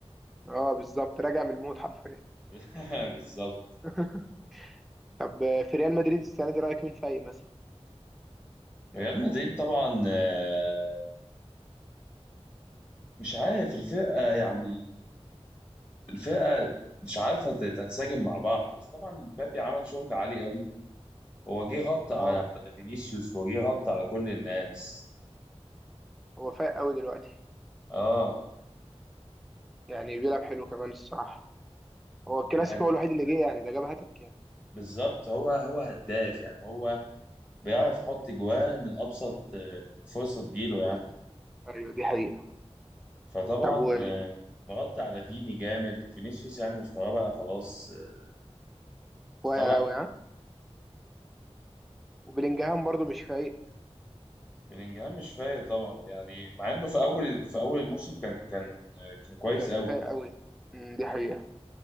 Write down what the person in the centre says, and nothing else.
اه بالظبط راجع من الموت حرفيا
<laughs> طب آه، في ريال مدريد السنه دي رايك مين فايق مثلا
اه
هو فايق قوي دلوقتي
يعني بيلعب حلو كمان الصراحه هو الكلاسيكو
هو الوحيد اللي جه يعني ده جاب هاتريك يعني
فرصه
ايوه دي حقيقه
طب و-
واقع قوي ها وبلينجهام برضه مش فايق
كان
فايق قوي أمم، دي حقيقه